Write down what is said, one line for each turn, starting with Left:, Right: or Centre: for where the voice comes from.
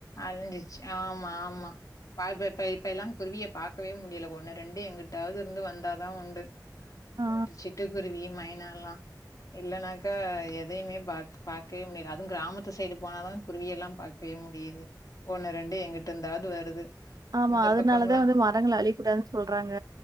Left: அழிஞ்சிச்சு ஆமா ஆமா பா பெப்பேய் இப்ப எல்லான் குருவிய பாக்கவே முடியல ஒண்ணு ரெண்டு எங்குட்டாவ்து இருந்து வந்தாதா உண்டு
Right: ஆ.
Left: இந்த சிட்டுக்குருவி மைனாலா இல்லானாக்கா எதையுமே பாக் பாக்கே முடியாது அது க்ராமத்து சைடு போனாதா குருவியெல்லாம் பாக் பே முடியுது ஒன்னு ரெண்டு எங்கிட்டிந்தாது வருது
Right: ஆமா
Left: இந்த
Right: அதனாலதா
Left: பக்கம்லாம்
Right: வந்து மரங்ள அழிக்கூடாதுன் சொல்றாங்க